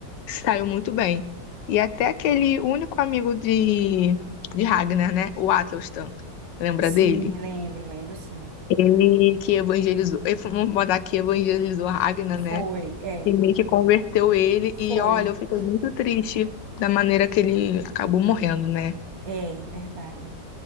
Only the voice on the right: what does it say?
Sim,
lembro, lembro, sim.
Foi, é,
foi,
é, verdade.